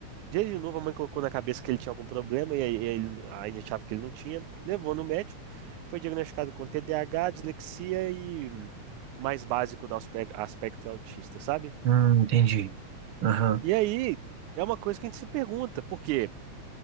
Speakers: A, on the right; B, on the right.
A: Dia de novo, a mãe colocou na cabeça que ele tinha algum problema e aí ele, a gente achava que ele não tinha. Levou no médico, foi diagnosticado com TDAH, dislexia e mais básico do aspe- aspecto autista, sabe?
B: hum, entendi. Aham,
A: E aí é uma coisa que a gente se pergunta, porque